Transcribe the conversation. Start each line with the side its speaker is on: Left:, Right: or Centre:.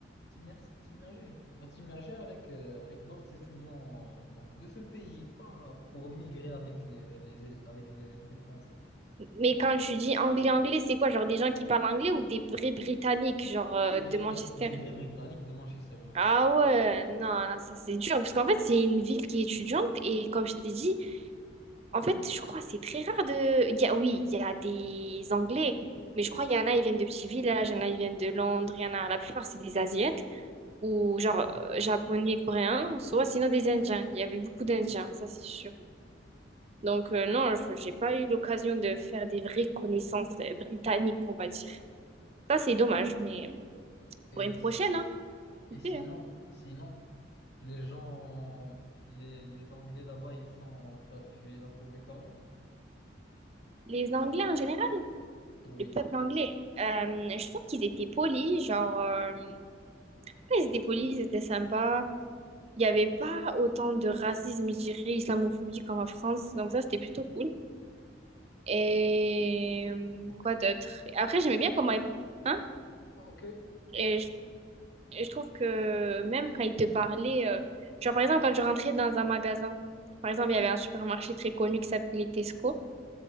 Left: t'immer- t'immerger. Tu vas t'immerger avec, euh, avec d'autres étudiants euh, donc de ce pays, pas pour migrer avec euh, les, avec les, des Français.
Right: Mais quand tu dis anglais-anglais, c'est quoi? Genre des gens qui parlent anglais ou des vrais Britanniques, genre
Left: Des
Right: euh,
Left: vrais,
Right: de Manchester?
Left: Brit- des vrais Britanniques de Manchester United.
Right: Ah ouais, non, non, ça c'est dur. Parce qu'en fait, c'est une ville qui est étudiante et comme je t'ai dit, En fait, je crois que c'est très rare de... il y a- oui, il y a des Anglais, mais je crois qu'il y en a, ils viennent de petits villages, il y en a, ils viennent de Londres, il y en a... La plupart, c'est des Asiates, ou genre
Left: D'accord.
Right: euh, Japonais, Coréens, soit sinon des Indiens. Il y avait beaucoup d'Indiens, ça c'est sûr. Donc euh, non, je j'ai pas eu l'occasion de faire des vraies connaissances euh, britanniques, on va dire. Ça, c'est dommage, mais
Left: Et,
Right: pour une prochaine,
Left: si-
Right: hein.
Left: et
Right: on
Left: sinon,
Right: sait, hein.
Left: sinon, les gens, les, les Anglais là-bas, ils sont, tu les as trouvés comment?
Right: Les Anglais en général,
Left: Oui.
Right: le peuple anglais, euh, je trouve qu'ils étaient polis, genre... euh, ouais, Ils étaient polis, ils étaient sympas. Il n'y avait pas autant de racisme, je dirais, islamophobie comme en France. Donc ça, c'était plutôt cool. Et euh,
Left: Ok.
Right: quoi d'autre? Après, j'aimais bien comment... il- Hein?
Left: Okay.
Right: Et je, et je trouve que même quand ils te parlaient euh, Genre, par exemple, quand je rentrais dans un magasin, par exemple, il y avait un supermarché très connu qui s'appelait Tesco.